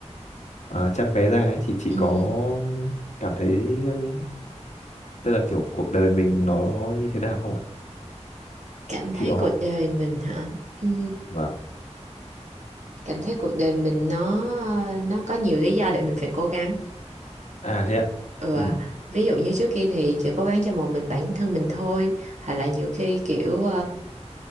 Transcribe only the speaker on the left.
à, chăm bé ra ấy, thì chị
có cảm thấy ừm, tức là kiểu cuộc đời mình nó như thế nào không ạ
kiểu
vâng.
à thế ạ
ừ.